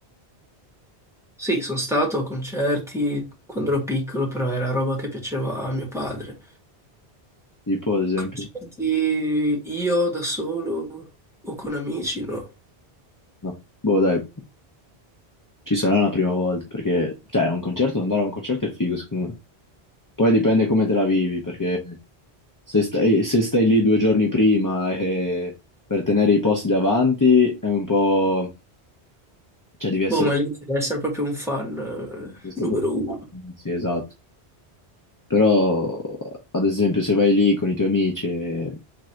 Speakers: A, in the centre; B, on the left.
A: Sì, sono stato a concerti quando ero piccolo, però era roba che piaceva a mio padre.
B: tipo ad esempio.
A: Concerti io da solo o con amici, no.
B: No. Boh, dai, ci sarà la prima volta, perché, cioè, un concerto, andare a un concerto è figo, secondo me. Poi dipende come te la vivi, perché se stai, se stai lì due giorni prima e per tenere i posti davanti è un po'... cioè, devi essere...
A: Boh, ma
B: devi
A: lì deve essere proprio un fan eh,
B: essere
A: numero uno.
B: preparato. Sì, esatto. Però, ad esempio, se vai lì con i tuoi amici, e